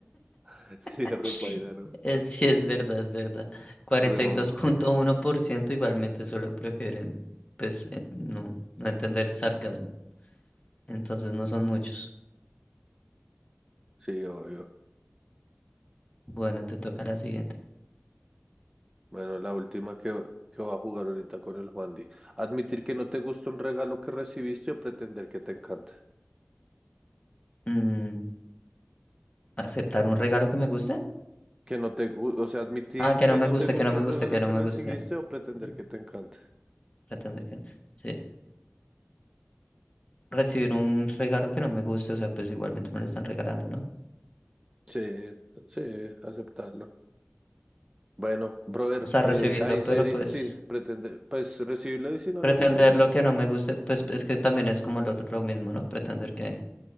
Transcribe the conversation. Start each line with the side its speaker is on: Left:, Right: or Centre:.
Right: <laughs> Sería
Left: <laughs>
Right: re paila, ¿no?
Left: es sí es verdad, es verdad. cuarenta
Right: Re mamá.
Left: y dos punto uno por ciento igualmente solo prefieren, pues, eh, no, no entender el sarcasmo. Entonces no son muchos.
Right: Sí, obvio.
Left: Bueno, te toca la siguiente.
Right: Bueno, la última que, que va a jugar ahorita con el Juan Di. Admitir que no te gusta un regalo que recibiste o pretender que te encanta.
Left: Mm, ¿aceptar un regalo que me guste?
Right: Que no te, gu- o sea, admitir
Left: Ah, que
Right: que
Left: no me
Right: no
Left: guste,
Right: te gusta
Left: que no me
Right: un
Left: guste,
Right: regalo
Left: que
Right: que
Left: no me
Right: recibiste
Left: guste.
Right: o pretender
Left: Sí,
Right: que te encanta.
Left: pretender que... Sí. Recibir un regalo que no me guste, o sea, pues igualmente me lo están regalando, ¿no?
Right: Sí, sí, aceptarlo. Bueno, brother,
Left: o sea, recibirlo,
Right: eh, ahí sería,
Left: pero pues
Right: sí, pretender, pues recibirlo y si no
Left: pretender
Right: le gusta, pues
Left: lo que no me guste, pues es que también es como lo otro, lo mismo, ¿no? Pretender
Right: no,
Left: que,